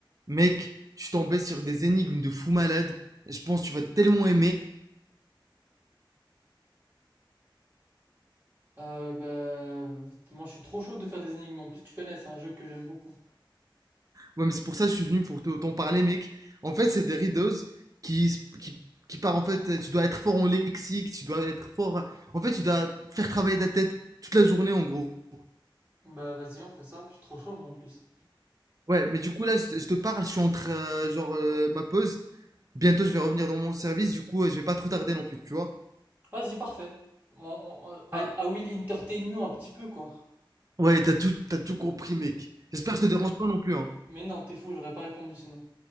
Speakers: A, on the right; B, on the right.
A: Mec, je suis tombé sur des énigmes de fou malade. Je pense que tu vas tellement aimer.
B: Euh, bah, moi je suis trop chaud de faire des énigmes en plus, tu connais, c'est un jeu que j'aime beaucoup.
A: Ouais, mais c'est pour ça que je suis venu pour te, t'en parler, mec. En fait, c'est des rideuses qui, qui, qui part en fait. Tu dois être fort en lexique, tu dois être fort. En fait, tu dois faire travailler ta tête toute la journée, en gros.
B: Bah vas-y, on fait ça, je suis trop chaud moi en plus.
A: Ouais, mais du coup, là, je, te je te parle, je suis entre, euh, genre, euh, ma pause. Bientôt, je vais revenir dans mon service. Du coup, euh, je vais pas trop tarder non plus, tu vois.
B: Vas-y, parfait. On, on- on- I,
A: Bah,
B: I will entertain you un petit peu quoi.
A: ouais, t'as tout, t'as tout compris, mec. J'espère que ça te dérange pas non plus, hein.
B: Mais non, t'es fou, j'aurais pas répondu sinon.